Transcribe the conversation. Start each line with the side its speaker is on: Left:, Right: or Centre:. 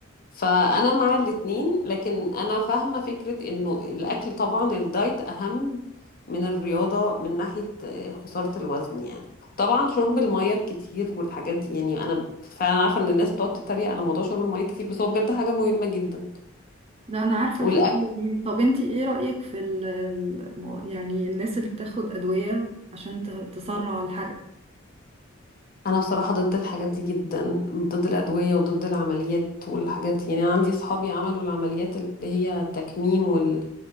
Left: فأنا مع الاتنين لكن أنا فاهمة فكرة إنه الأكل طبعا الدايت أهم من الرياضة من ناحية آه، خسارة الوزن يعني وطبعا شرب المية الكتير والحاجات دي يعني أنا فعلا عارفة إن الناس بتقعد تتريق على موضوع شرب المية كتير بس هو بجد حاجة مهمة جدا
Right: لا انا عارفه
Left: والاكل
Right: الحكايه دي طب انتي ايه رايك في ال- الم- يعني الناس اللي بتاخد ادويه عشان ت- تسرع الحرق
Left: انا بصراحه ضد الحاجات دي جدا ضد الادويه وضد العمليات والحاجات دي يعني انا عندي اصحابي عملوا العمليات اللي هي التكميم وال,